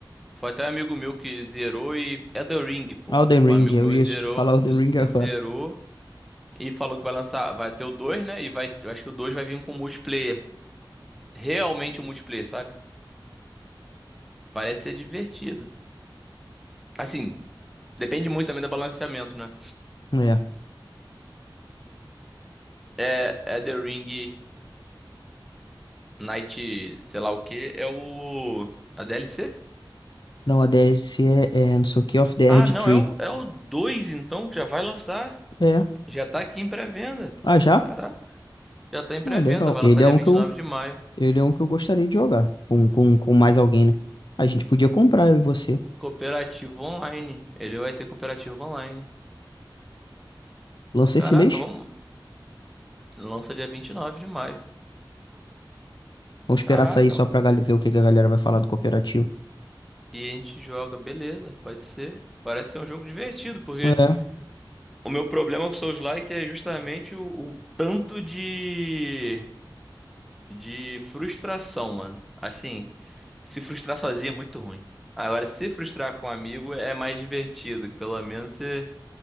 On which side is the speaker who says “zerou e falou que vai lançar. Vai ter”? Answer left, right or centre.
Centre